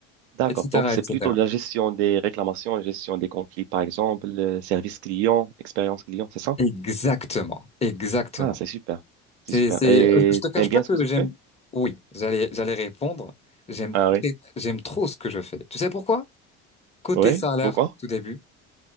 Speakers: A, on the right; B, on the left.
A: D'accord.
B: etc.,
A: Donc, c'est
B: etc.
A: plutôt la gestion des réclamations, la gestion des conflits, par exemple, le service client, expérience client, c'est ça?
B: Exactement, exactement.
A: Ah, c'est super. C'est
B: C'est,
A: super.
B: c'est,
A: Et
B: euh, je te cache
A: t'aimes
B: pas
A: bien ce
B: que
A: que tu
B: j'aime.
A: fais?
B: Oui, j'allais, j'allais répondre. J'aime,
A: Ah oui.
B: très- j'aime trop ce que je fais. Tu sais pourquoi? Côté
A: Oui?
B: salaire,
A: Pourquoi?
B: tout début.